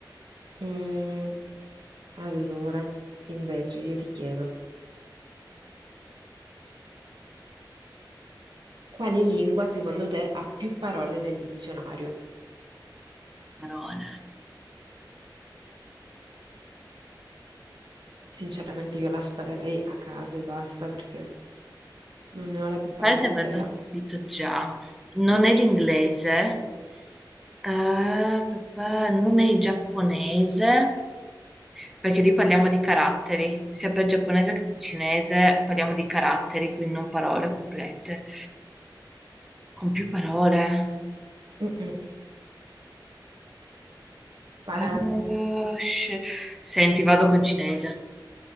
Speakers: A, on the right (about 75°); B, in the centre.
A: Mm, Allora, invece, io ti chiedo, quale lingua secondo te ha più parole nel dizionario?
B: Parola.
A: Sinceramente io la sparerei a caso e basta perché non ne ho la più pallida
B: Pare di averlo
A: idea.
B: sentito già. Non è l'inglese, eh, papà, non è il giapponese, Perché lì parliamo di caratteri, sia per giapponese che per cinese parliamo di caratteri, quindi non parole complete, con più parole.
A: Mm-mm. Spara.
B: Oh, sh- Senti, vado con cinese.